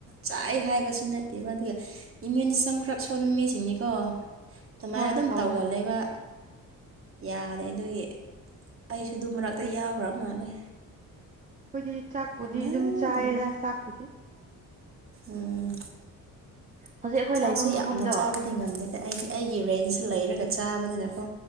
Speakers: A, on the right; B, on the right.
A: ꯆꯥꯏ ꯍꯥꯏꯕꯁꯨ ꯅꯠꯇꯦꯕ ꯑꯗꯨꯒ ꯏꯃ꯭ꯌꯨꯟ ꯁꯤꯁꯇꯦꯝ ꯈꯔ ꯁꯣꯟꯕꯃꯤꯁꯤꯡꯅꯤꯀꯣ ꯑꯗꯨꯃꯥꯏꯅ
B: ꯍꯣꯏ
A: ꯑꯗꯨꯝ
B: ꯍꯣꯏ ꯇꯧꯕꯅꯦ
A: ꯇꯧꯒꯜꯂꯕ ꯌꯥꯔꯦ ꯑꯗꯨꯒꯤ ꯑꯩꯁꯨ ꯑꯗꯨ ꯃꯔꯅꯥꯛꯇ
B: ꯑꯩꯈꯣꯏꯗꯤ
A: ꯌꯥꯎꯈ꯭ꯔ ꯃꯥꯜꯂꯦ
B: ꯑꯩꯈꯣꯏꯗꯤ ꯆꯥꯛꯄꯨꯗꯤ
A: ꯄꯪꯅꯥ
B: ꯑꯗꯨꯝ ꯆꯥꯏꯌꯦꯔ
A: ꯅꯥꯔꯦ
B: ꯆꯥꯛꯄꯨꯗꯤ
A: ꯎꯝ
B: ꯍꯧꯖꯤꯛ ꯑꯩꯈꯣꯏ
A: ꯆꯥꯛꯁꯨ
B: ꯂꯩꯕ ꯃꯐꯝꯗꯣ
A: ꯌꯥꯝꯅ ꯆꯥꯕꯗꯤ ꯉꯝꯗꯦꯗ ꯑꯩꯗꯤ ꯑꯩꯒꯤ ꯔꯦꯟꯁꯤ ꯂꯩꯔꯒ ꯆꯥꯕꯅꯤꯅꯀꯣ